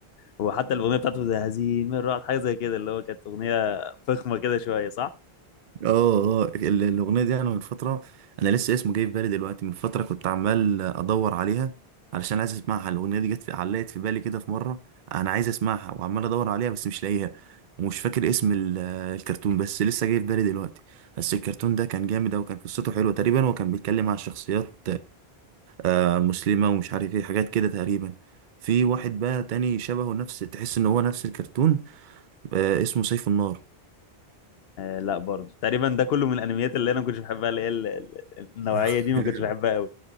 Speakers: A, on the left (about 70°); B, on the right (about 55°).
A: وحتى الاغنيه بتاعته زي هزيم الرعد حاجه زي كده اللي هو كانت اغنيه فخمه كده شويه صح
B: اه اه ال- الاغنيه دي انا من فتره انا لسه اسمه جاي في بالي دلوقتي من فتره كنت عمال ادور عليها علشان عايز اسمعها الاغنيه دي جت في علقت في بالي كده في مره انا عايز اسمعها وعمال ادور عليها بس مش لاقيها ومش فاكر اسم ال- الكرتون بس لسه جاي في بالي دلوقتي بس الكرتون ده كان جامد أوي وكان قصته حلوه تقريبا وكان بيتكلم عن شخصيات آه، مسلمه ومش عارف ايه حاجات كده تقريبا في واحد بقى تاني شبهه نفس تحس ان هو نفس الكرتون آه، اسمه سيف النار
A: آه لا برضه تقريبا ده كله من الانميات اللي انا ما كنتش بحبها اللي هي ال- ال- النوعيه
B: <laughs>
A: دي ما كنتش بحبها قوي